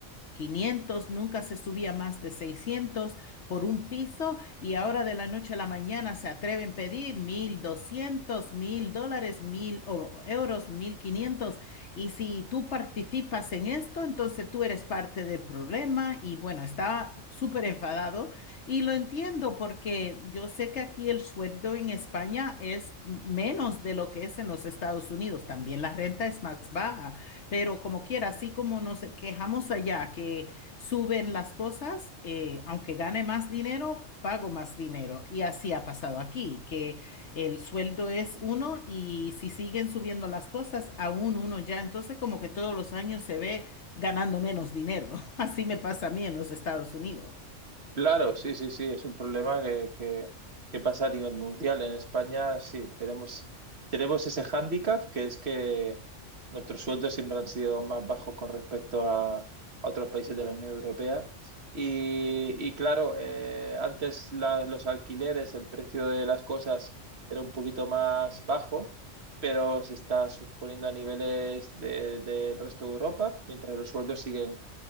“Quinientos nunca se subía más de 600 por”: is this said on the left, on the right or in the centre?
Left